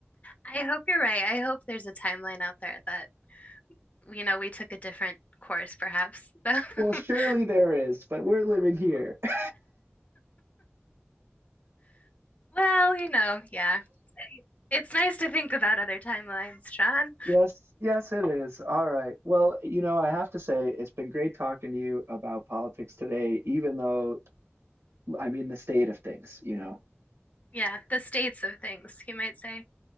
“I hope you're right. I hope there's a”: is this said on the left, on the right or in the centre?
Left